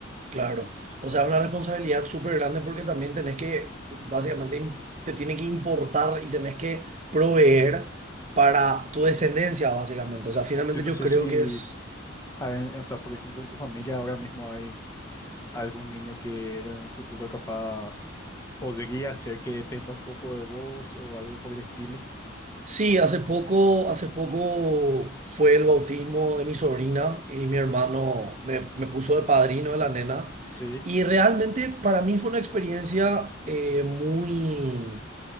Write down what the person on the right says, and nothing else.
Claro, o sea, es una responsabilidad súper grande porque también tenés que, básicamente, im- te tiene que importar y tenés que proveer para tu descendencia, básicamente. O sea, finalmente
yo
creo
que es...
Sí, hace poco, hace poco fue el bautismo de mi sobrina y mi hermano me, me puso de padrino de la nena.
Y realmente para mí fue una experiencia eh, muy